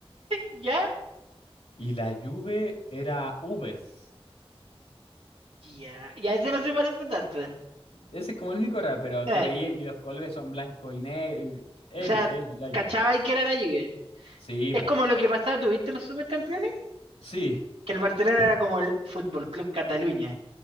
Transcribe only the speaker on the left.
Y la Juve era Ubers.
Ese es como el único raro, pero
tú veías y los colores son blanco y negro. El,
Ju- el- la
Juve.
Sí,
po.
Sí,